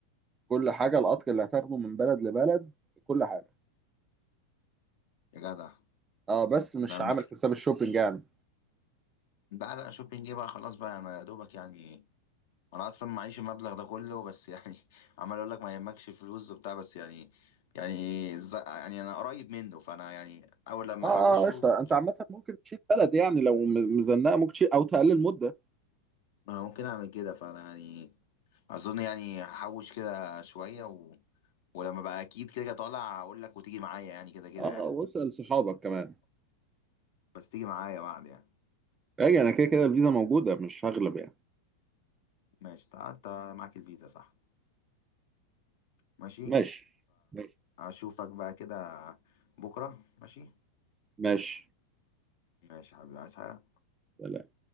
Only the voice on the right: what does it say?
كل حاجة القطر اللي هتاخده من بلد لبلد كل حاجة
اه بس مش
عامل حساب الشوبينج يعني
اه
اه قشطة انت عامة ممكن تشيل بلد يعني لو م- مزنقة ممكن تشيل او تقلل مدة
اه
واسأل صحابك كمان
راجع انا كده كده الفيزا موجودة مش هغلب يعني
ماشي ماشي
ماشي
سلام.